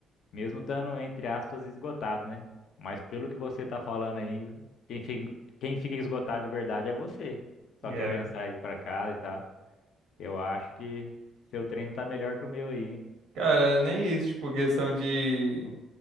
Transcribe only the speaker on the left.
mesmo estando entre aspas esgotado, né? Mas pelo que você tá falando aí, quem fica, quem fica esgotado de verdade é você.
Só quer pensar em ir para casa e tal. Eu acho que seu treino tá melhor que o meu aí, hein?